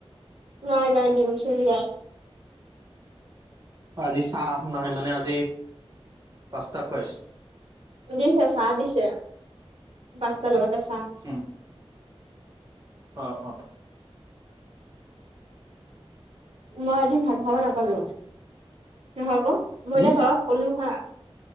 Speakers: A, on the right; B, on the right.
A: নাই নাই ডিম চিন দিয়া।
B: আজি চাহ নাই মানে আজি পাস্তা খুৱাইছিল।
A: দিছে চাহ দিছে, পাঁচটাৰ লগতে চাহ-
B: উম, অঁ অঁ
A: মই এদিন ভাল খাব নাপালো, নহক মই এতিয়া
B: উম
A: তৰত ক'লো হা।